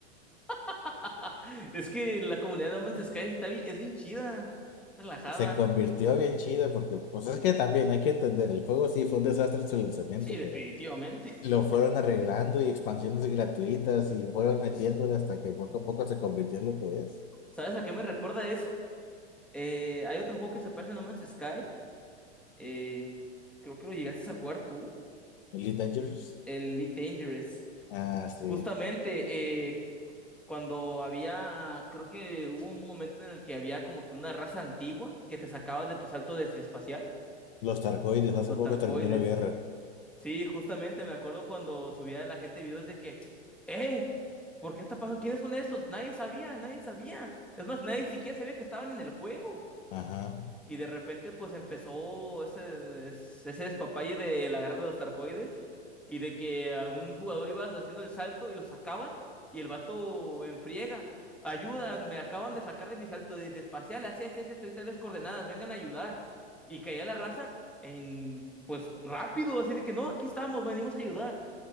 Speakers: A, in the centre; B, on the left.
A: <laughs> Es que la comunidad de No Man's Sky está bi- es bien chida, relajada.
B: Se convirtió bien chido porque, pues es que también hay que entender, el juego sí fue un desastre en su lanzamiento,
A: Sí, definitivamente.
B: pero
A: <laughs>
B: lo fueron arreglando y expansiones gratuitas y fueron metiéndole hasta que poco a poco se convirtió en lo que es.
A: ¿Sabes a qué me recuerda eso? Eh, hay otro juego que se pasa en No Man's Sky. eh, creo que lo llegaste a jugar tú.
B: Elite Dangerous.
A: El Elite Dangerous.
B: Ah, sí.
A: Justamente eh, cuando había. Creo que hubo un momento en el que había como que una raza antigua que te sacaba de tu salto de espacial.
B: Los Targoides, hace
A: Los
B: poco
A: tarcoides.
B: terminó la guerra.
A: Sí, justamente me acuerdo cuando subía la gente videos de que. ¡Eh! ¿Por qué está pasando? ¿Quiénes son estos? Nadie sabía, nadie sabía. Es más, nadie siquiera sabía que estaban en el juego.
B: Ajá.
A: Y de repente, pues empezó ese, ese despapalle de la guerra de los tarcoides y de que algún jugador iba haciendo el salto y lo sacaban y el vato enfriega. Ayudan, me acaban de sacar de mi salto desde espacial, así, así, así, estoy tales coordenadas, vengan a ayudar. Y caía la raza en, pues rápido, así de que no, aquí estamos, venimos a ayudar.